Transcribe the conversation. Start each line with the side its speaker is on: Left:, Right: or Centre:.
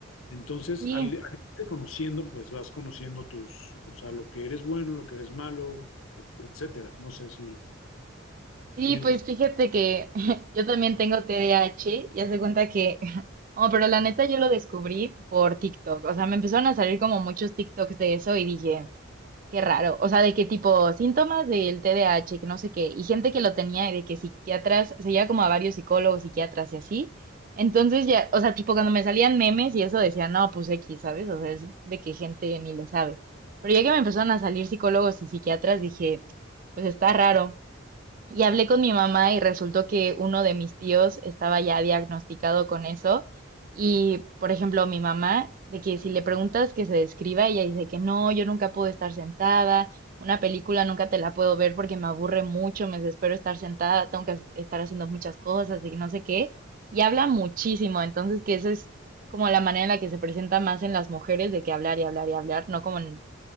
Left: Entonces,
Right: Sí,
Left: al, al irte conociendo, pues vas conociendo tus, o sea, lo que eres bueno, lo que eres malo, et- etcétera. No sé si
Right: sí,
Left: piensas.
Right: pues fíjate que <laughs> yo también tengo T D A H y hace cuenta que, <laughs> oh, pero la neta yo lo descubrí por TikTok. O sea, me empezaron a salir como muchos TikToks de eso y dije, Qué raro, o sea, de qué tipo síntomas del T D A H que no sé qué, y gente que lo tenía, y de que psiquiatras, seguía como a varios psicólogos, psiquiatras y así. Entonces ya, o sea, tipo cuando me salían memes y eso decía, no, pues X, ¿sabes? O sea, es de que gente ni le sabe. Pero ya que me empezaron a salir psicólogos y psiquiatras, dije, pues está raro. Y hablé con mi mamá y resultó que uno de mis tíos estaba ya diagnosticado con eso. Y, por ejemplo, mi mamá, de que si le preguntas que se describa, ella dice que no, yo nunca puedo estar sentada, una película nunca te la puedo ver porque me aburre mucho, me desespero estar sentada, tengo que estar haciendo muchas cosas y no sé qué. Y habla muchísimo, entonces que esa es como la manera en la que se presenta más en las mujeres de que hablar y hablar y hablar, no como en